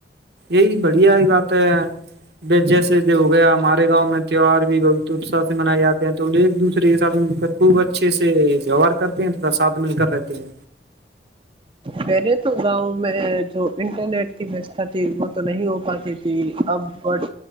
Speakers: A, on the right (about 70°); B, on the right (about 30°).
A: یہی بڑھیا ہی بات ہے جیسے جب ہو گیا ہمارے گاؤں میں تیوار بھی بہت اساہ سے منائے جاتے ہیں تو ایک دوسرے کے ساتھ مل کر خوب اچھے سے ویوہار کرتے ہیں تھوڑا ساتھ مل کر رہتے ہیں
B: پہلے تو گاؤں میں جو انٹرنیٹ کی ویوستھا تھی وہ تو نہیں ہو پاتی تھی اب بٹ